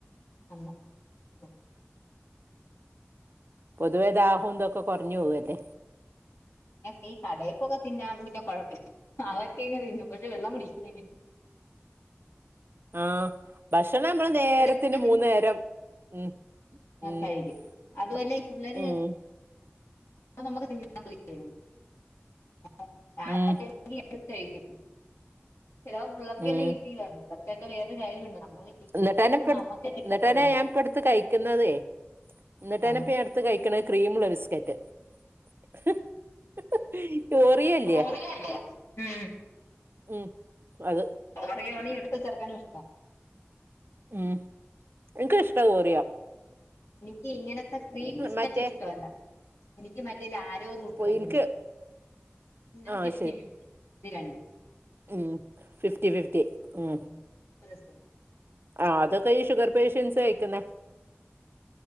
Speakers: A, on the left; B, on the right.
A: എന്ന് <unintelligible>
B: പൊതുവേ ദാഹം ഇതൊക്കെ കുറഞ്ഞു പോകും അല്ലേ
A: ഇ ഈ കടയിക്കൊക്കെ തിന്നാൻ പിന്നെ കടയപ്പം തിന്ന കുഴപ്പില്ല അതൊക്കെ ഇങ്ങനെ തിന്നും പക്ഷെ വെള്ളം കുടിക്കലില്ല
B: ആ ഭക്ഷണം നമ്മള് നേരത്തിന്
A: പിള്ളേരൊക്കെ തിന്നും
B: മൂന്നു നേരം ഉം ഉം
A: കഴിക്കും അതുല്ലേ
B: ബ-
A: ഈ പിള്ളര്
B: ഉം
A: നമുക്ക്തി <unintelligible> <unintelligible>
B: ഉം
A: കഴിക്കും ചിലപ്പോ പിള്ളർക്ക്
B: ഉം
A: തന്നെ കിട്ടിയില്ല <unintelligible> പിള്ളർക്കന്നെ കിട്ടിയില്ല <unintelligible> വേറൊ കാര്യുണ്ട് നമ്മൾ ഈ
B: എന്നിട്ടന്നെ
A: സമയത്ത്
B: ഇപ്പ എടു-
A: നമുക്ക് കിട്ടത്തുള്ളൂ
B: എന്നിട്ടന്നെ ഞാൻ ഇപ്പ അടുത്ത് കഴിക്കുന്നതേ- എന്നിട്ട തന്നെ
A: ആഹ്
B: അടുത്ത് കഴിക്കണ ക്രീമുള്ള ബിസ്കറ്റ് ഹ് ഹ്ഹ് ഒറിയോ ഇല്ലേ
A: ഓറിയോല്ലേ ഉം
B: ഉം അത്
A: <unintelligible> എടുത്ത ചെറുക്കനും ഇഷ്ടാ
B: ഉം എൻക്ക് ഇഷ്ടാ ഓറിയ
A: എനിക്ക് ഇങ്ങനത്തെ ക്രീം ബിസ്ക്കറ്റ്
B: മറ്റേ
A: ഇഷ്ടല്ല- എനിക്ക് മറ്റേ ലാലോ രോറൂട്ട്
B: പൊ-
A: ഭയങ്കര
B: എനിക്ക്
A: ഇഷ്ട പിന്നെ
B: ആഹ്
A: ഫിഫ്റ്റി ഇത് രണ്ട്
B: ഹ്മ്മ്- ഫിഫ്റ്റി ഫിഫ്റ്റി ഉം
A: <inaudible>
B: ആഹ്- അതൊക്കെ ഈ ഷുഗർ പേഷ്യൻസ് കഴിക്കുന്ന